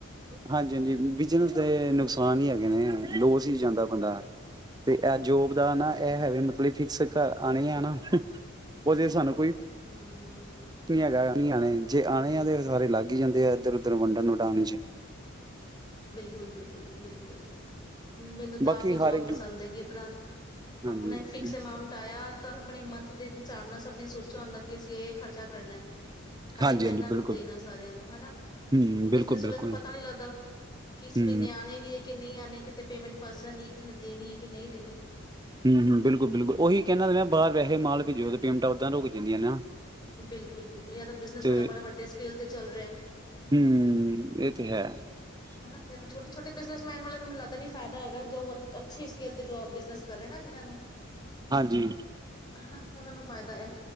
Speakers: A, on the right; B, on the left.
A: ਹਾਂਜੀ ਹਾਂਜੀ ਬਿਜਨਸ ਦੇ ਨੁਕਸਾਨ ਹੀ ਹੈਗੇ ਨੇ ਲੋਸ ਹੀ ਜਾਂਦਾ ਬੰਦਾ। ਤੇ ਇਹ ਜੋਬ ਦਾ ਨਾ ਇਹ ਐ ਹੈ ਮਤਲਬ ਫਿਕਸ ਘਰ ਆਉਣਾ ਹੀ ਆਉਣਾ ਹੁਹ ਉਸੀ ਸਾਨੂੰ
B: ਹਮ ਹਮ।
A: ਕੁਛ ਨੀ ਹੈਗਾ। ਨੀ ਆਣੇ ਜੇ ਆਣੇ ਆ ਤੇ ਸਾਰੇ ਲੱਗ ਹੀ ਜਾਂਦੇ ਆ ਇੱਧਰ ਉਧਰ ਵੰਡਣ ਵਨਡਾਣ ਚ।
B: ਬਿਲਕੁਲ ਬਿਲਕੁਲ ਬਿਲਕੁਲ ਮੈਨੂੰ ਤਾਂ
A: ਬਾਕੀ
B: ਆਪ ਹੀ
A: ਹਰ
B: ਜੋਬ
A: ਇੱਕ
B: ਪਸੰਦ ਹੈਗੀ ਆਪਣਾ
A: ਹਾਂਜੀ
B: ਆਪਣਾ ਇੱਕ ਫਿਕਸ ਅਮਾਉਂਟ ਆਇਆ ਤਾਂ। ਆਪਣੇ ਮੰਥ ਦੇ ਹਿਸਾਬ ਨਾਲ ਸਭ ਨੇ ਸੋਚਿਆ ਹੁੰਦਾ ਕੀ ਅਸੀਂ ਇਹ ਖਰਚਾ ਕਰਨਾ ਤਾਂ
A: ਹਾਂਜੀ
B: ਇਨਾ ਇਹਨਾਂ
A: ਹਾਂਜੀ
B: ਨੂੰ
A: ਬਿਲਕੁਲ
B: ਦੇਣਾ ਸਾਰਿਆਂ ਨੂੰ ਹਨਾ
A: ਹੂੰ ਬਿਲਕੁਲ
B: ਬਿਜਨਸ
A: ਬਿਲਕੁਲ
B: ਵਾਲਿਆਂ ਨੂੰ ਪਤਾ ਨੀ ਲੱਗਦਾ ਕਿਸ
A: ਹੂੰ
B: ਮਹੀਨੇ ਆਉਣੇ ਵੀ ਹੈ ਕੀ ਨਹੀਂ ਆਣੇ ਕਿਤੇ ਪੇਮੈਂਟ ਫਸ ਨਹੀਂ ਕਿਸੇ ਦੇਣੀ ਹੈ ਕਿ ਨਹੀਂ ਦੇਣੀ
A: ਹਮ ਹਮ ਬਿਲਕੁਲ ਬਿਲਕੁਲ ਉਹੀ। ਕਿਹਨਾਂ ਤਾਂ ਪਆ ਬਾਰ ਵੈਸੇ ਮਾਲ ਭੇਜੋ ਤੇ ਪੇਮਟਾ ਉੱਦਾਂ ਰੁਕ ਜਾਂਦੀਆਂ ਨਾ।
B: ਬਿਲਕੁਲ ਬਿਲਕੁਲ ਜਾਂ ਤਾਂ ਬਿਜ਼ਨਸ
A: ਤੇ
B: ਤੁਹਾਡਾ ਬੜੇ ਵੱਡੇ ਸਕੇਲ ਤੇ ਚੱਲ ਰਿਯਾਂ।
A: ਹੂੰ ਇਹ ਤੇ ਹੈ
B: ਹਨਾ <unintelligible> ਛੋਟੇ ਛੋਟ ਬਿਜ਼ਨਸੈਨ ਵਲਆ ਨੂ ਮਨੂੰ ਲੱਗਦਾ ਨਹੀਂ ਫੇਦਾ ਹੈਗਾ ਜੋ ਉਹ ਅੱਛੀ ਸਕੇਲ ਤੇ ਜੋਬ ਬਜ਼ਨਸ ਕਰੇ ਨਾ ਜਿਹਨਾਂ ਨੂੰ
A: ਹਾਂਜੀ
B: ਹਨਾ ਉਹਨਾਂ ਨੂੰ ਫ਼ਾਇਦਾ ਏ।